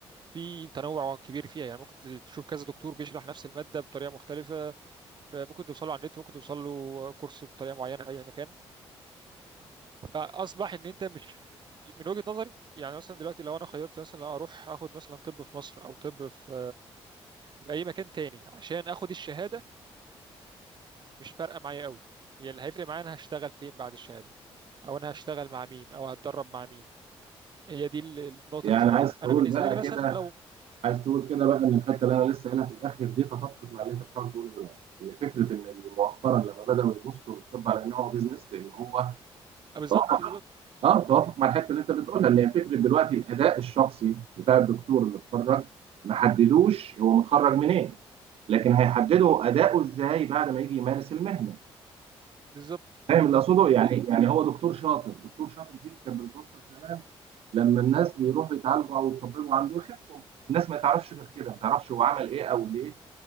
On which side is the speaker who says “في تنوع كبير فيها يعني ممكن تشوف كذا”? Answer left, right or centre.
Right